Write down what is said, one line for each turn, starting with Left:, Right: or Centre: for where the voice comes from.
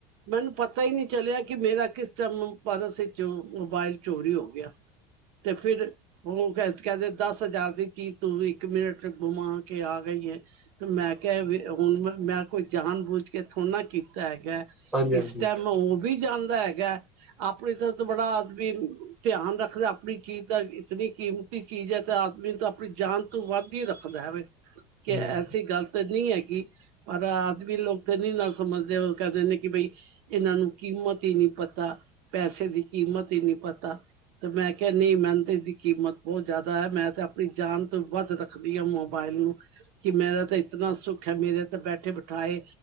Right: ਮੈਨੂੰ ਪਤਾ ਈ ਨੀਂ ਚਲਿਆ ਕਿ ਮੇਰਾ ਕਿਸ ਟੈਮ, ਪਰਸ ਇੱਚ ਮੋਬਾਇਲ ਚੋਰੀ ਹੋ ਗਿਆ। ਤੇ ਫਿਰ ਓ ਕੇ ਕੈਦੇ ਦਸ ਹਜ਼ਾਰ ਦੀ ਚੀਜ਼ ਤੂੰ ਇੱਕ ਮਿੰਟ, ਘੁਮਾ ਕੇ ਆ ਗਈ ਏ। ਤੇ ਮੈਂ ਕਿਆ ਵੀ ਹੁਣ ਮੈਂ ਕੋਈ ਜਾਣ ਬੂਝ ਕੇ ਥੋੜ੍ਹ ਨਾਂ ਕੀਤਾ ਹੈਗਾ।
Centre: ਹਾਂਜੀ
Right: ਕਿਸ
Centre: ਹਾਂਜੀ
Right: ਟੈਮ ਹੋ ਵੀ ਜਾਂਦਾ ਹੈਗਾ, ਆਪਣੇ ਤਰਫ ਤੇ ਬੜਾ ਆਦਮੀ ਧਿਆਨ ਰੱਖਦਾ ਆਪਣੀ ਚੀਜ਼ ਦਾ, ਇਤਨੀ ਕੀਮਤੀ ਚੀਜ਼ ਐ ਤੇ ਆਦਮੀ ਤਾਂ ਆਪਣੀ ਜਾਨ ਤੋਂ ਵੱਧ ਈ ਰੱਖਦਾ ਹੈਵੇ। ਕਿ
Centre: ਹੂੰ
Right: ਐਸੀ ਗੱਲ ਤਾਂ ਨੀਂ ਹੈਗੀ, ਪਰ ਆਦਮੀ ਲੋਕ ਤੇ ਨੀਂ ਨਾਂ ਸਮਝ ਦੇ ਓ ਕਹਿ ਦਿਣੇ ਕਿ ਬਈ ਇਨ੍ਹਾਂ ਨੂੰ ਕੀਮਤ ਈ ਨੀਂ ਪਤਾ, ਪੈਸੇ ਦੀ ਕੀਮਤ ਈ ਨੀਂ ਪਤਾ। ਤੇ ਮੈਂ ਕਿਆ ਨਈਂ ਮੈਨੂੰ ਤੇ ਏਦੀ ਕੀਮਤ ਬੋਤ ਜਿਆਦਾ ਐ, ਮੈਂ ਤੇ ਆਪਣੀ ਜਾਨ ਤੋਂ ਵੱਧ ਰੱਖ ਖਦੀ ਆ ਮੋਬਾਇਲ ਨੂੰ ਕਿ ਮੇਰਾ ਤਾਂ ਇਤਨਾ ਸੁੱਖ ਐ, ਮੇਰੇ ਤੇ ਬੈਠੇ-ਬਠਾਏ